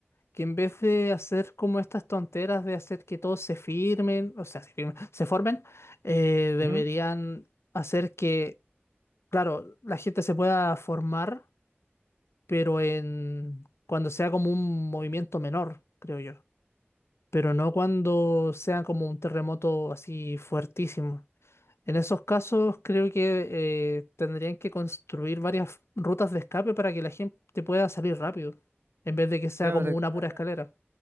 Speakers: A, on the left (about 90°); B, on the right (about 65°).
A: que en vez de hacer como estas tonteras de hacer que todos se firmen, o sea, se firmen- <laughs> se formen, eh, deberían
B: Ujú.
A: hacer que, claro, la gente se pueda formar, pero en cuando sea como un movimiento menor, creo yo, pero no cuando sea como un terremoto así fuertísimo. En esos casos creo que eh, tendrían que construir varias rutas de escape para que la gente pueda salir rápido, en vez de que sea
B: Ya,
A: como
B: pero
A: una pura
B: a-
A: escalera.